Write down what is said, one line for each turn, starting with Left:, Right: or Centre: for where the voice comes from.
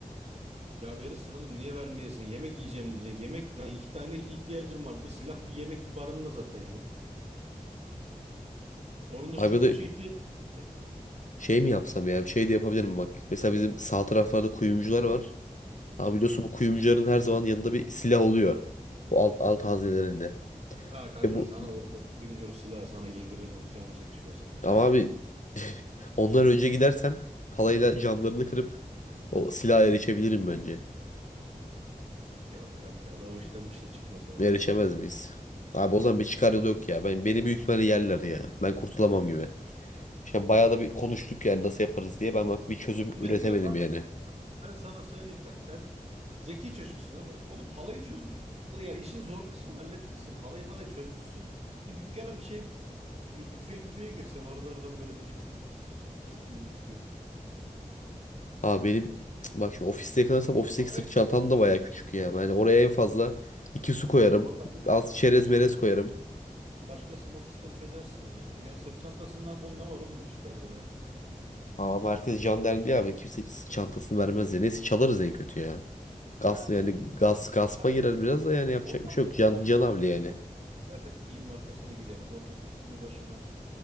Right: Ya verirsin oğlum niye vermeyesin? Yemek yiyeceğim diyeceksin. Yemek ya iki tane ihtiyacım var. Bir silah bir yemek bir barınma zaten ya. Onun dışı
Left: Abi
Right: çok
Left: de
Right: bir şey ihtiyacım yok ki.
Left: şey mi yapsam ya bir şey de yapabilirim bak. Mesela bizim sağ taraflarda kuyumcular var. Abi biliyorsun
Right: Hı.
Left: bu kuyumcuların her zaman yanında bir silah oluyor. Bu alt, alt hazinelerinde.
Right: Ya kanka
Left: Ve bu
Right: sana orada kuyumcu o silahı sana yediririm can çekişmesinden
Left: Ama
Right: ya.
Left: abi <laughs> ondan önce gidersem palayla camlarını kırıp o silaha erişebilirim bence.
Right: Yok kanka be o işten bir şey çıkmaz ben sana
Left: Erişemez
Right: söyleyeyim.
Left: miyiz? Abi
Right: Yok.
Left: o zaman bir çıkar
Right: Ya.
Left: yolu yok ya. Ben, beni büyük ihtimalle yerler ya. Ben kurtulamam gibi. Şimdi bayağı da bir konuştuk yani nasıl yaparız diye. Ben bak bir çözüm
Right: Ahmet'im
Left: üretemedim
Right: yaparsın.
Left: yani.
Right: Ben sana söyleyeyim bak sen zeki çocuksun oğlum. Oğlum palayı çözmüşsün. Ya işin zor kısmını halletmişsin. Palayı malayı çözmüşsün. Bir dükkana bir şey böyle büfe müfeye girsen oralardan böyle bir cips müps bisküvi müsküvi.
Left: Abi benim <tsk> bak şimdi ofiste yakalarsam ofisteki
Right: Palaya
Left: sırt çantam da bayağı küçük ya. Yani oraya en fazla iki su koyarım.
Right: oğlum oradan bir
Left: Az çerez
Right: ay başkasının,
Left: merez koyarım.
Right: başkasının ofisten çözersin ya. Ya sırt çantasından bol ne var oğlum ofislerde ya.
Left: Ama merkez can derdi ya abi. Kimse sırt çantasını vermez ya. Neyse çalarız en kötü ya. Gas
Right: Ha
Left: yani
Right: çalışırım.
Left: gas gaspa
Right: Ben
Left: girer biraz da yani yapacak
Right: Oradan
Left: bir şey
Right: bir
Left: yok. Can,
Right: tane
Left: canavli
Right: de
Left: yani.
Right: kıyafet giyim markasını girerim. Oradan üstümü başımı